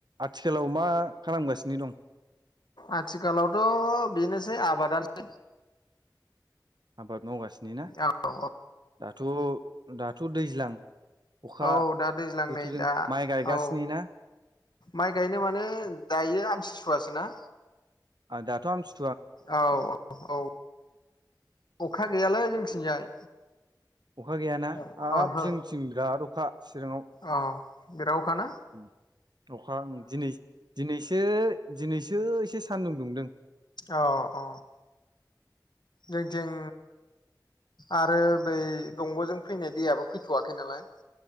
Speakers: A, on the right (about 70°); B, on the left (about 75°).
A: आथिखालाव मा खालामगासिनो दं।
B: आथिखालावथ' बेनोसै आबादानोसै
A: आबाद मावगा सिनो ना?
B: औ औ
A: दाथ' दाथ' दैज्लां अखा
B: औ दा दैज्लां
A: बोथोरजों
B: नै दा
A: माइ गायगासिनो
B: औ
A: ना
B: माइ गायनो माने दायो आमथि सु सुवासो ना?
A: ओ दाथ' आमथि
B: औ औ औ अखा गैयालै जोंथिंजाय
A: अखा गैयाना
B: ओहो
A: हाब जोंथिं बिराद अखा चिरांआव
B: अ बिराव अखाना
A: उम अखा उम दिनै दिनैसो दिनै सो एसे सान्दुं दुंदों।
B: अ अ जोंथिं, आरो बै दंग'जों फैनाय दैयाबो फैथ'वाखै नालाय,